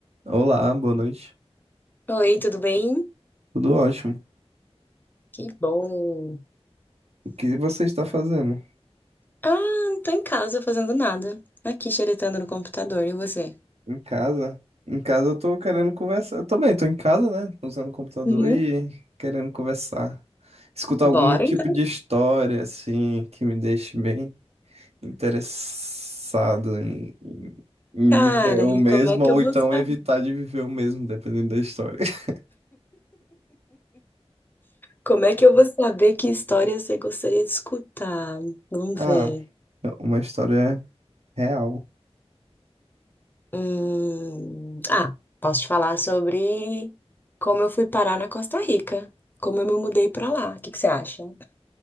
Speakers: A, on the right; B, on the left.
A: Olá, boa noite.
B: Oi, tudo bem?
A: Tudo ótimo.
B: Que bom.
A: O que você está fazendo?
B: Ah, não tô em casa fazendo nada. Aqui xeretando no computador, e você?
A: Em casa? Em casa eu tô querendo conversar. Eu também tô em casa, né? Usando o computador
B: Uhum.
A: e querendo conversar. Escutar
B: Bora
A: algum tipo
B: então,
A: de história, assim, que me deixe bem interessado em, em- em
B: cara.
A: viver o
B: E
A: mesmo,
B: como é que
A: ou
B: eu vou
A: então
B: saber?
A: evitar de viver o mesmo, dependendo da história. <laughs>
B: Como é que eu vou saber que história você gostaria de escutar? Vamos
A: Ah,
B: ver.
A: uma história real.
B: Hum, Ah, posso te falar sobre como eu fui parar na Costa Rica, como eu me mudei pra lá. O que que você acha?